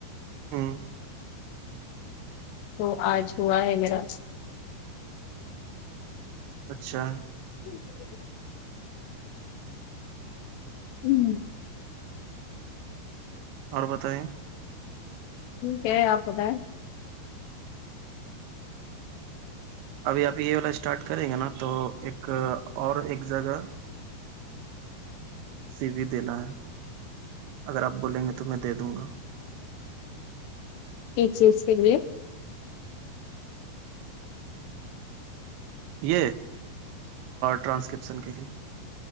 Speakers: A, on the right; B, on the left.
A: ہوں
B: تو آج ہوا ہے میرا
A: اچھا
B: <inaudible> <inaudible>
A: اور بتائیے
B: کیا آپ بتائیں
A: ابھی ابھی یہ والا اسٹارٹ کریں گے نا تو ایک اور ایک جگہ سی وی دینا ہے اگر آپ بولیں گے تو میں دے دوں گا
B: کس چیز کے لیے
A: یہ ٹرانسکرپشن کے لیے